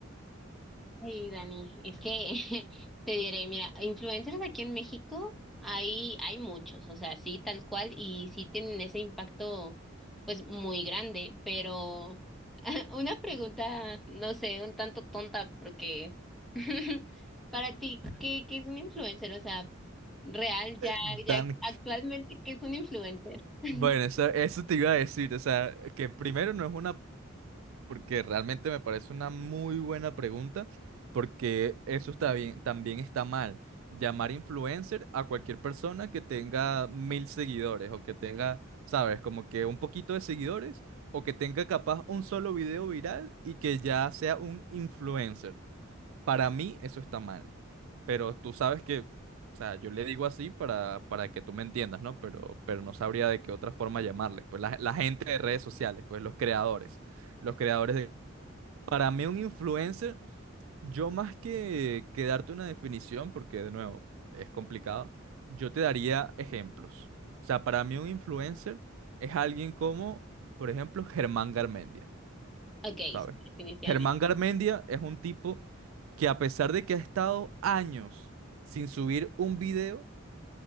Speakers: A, in the centre; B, on the right.
A: Sí, Dani, es que <laughs> te diré, mira, influencers aquí en México hay, hay muchos, o sea, sí, tal cual, y sí tienen ese impacto, pues, muy grande, pero <laughs> una pregunta, no sé, un tanto tonta, porque <laughs> para ti, ¿qué, qué es un influencer? O sea, real, ya,
B: Dan,
A: ya actualmente, ¿qué es un influencer? <laughs>
B: bueno, eso, eso te iba a decir, o sea, que primero no es una, porque realmente me parece una muy buena pregunta, porque eso está bien, también está mal. Llamar influencer a cualquier persona que tenga mil seguidores o que tenga, sabes, como que un poquito de seguidores o que tenga capaz un solo video viral y que ya sea un influencer. Para mí eso está mal, pero tú sabes que, o sea, yo le digo así para, para que tú me entiendas, ¿no? Pero, pero no sabría de qué otra forma llamarles, pues la, la gente de redes sociales, pues los creadores, los creadores de... Para mí un influencer, yo más que, que darte una definición, porque de nuevo es complicado, yo te daría ejemplos. O sea, para mí un influencer es alguien como, por ejemplo, Germán Garmendia.
A: Okay,
B: ¿sabes?
A: sí, definitivamente.
B: Germán Garmendia es un tipo que a pesar de que ha estado años sin subir un video,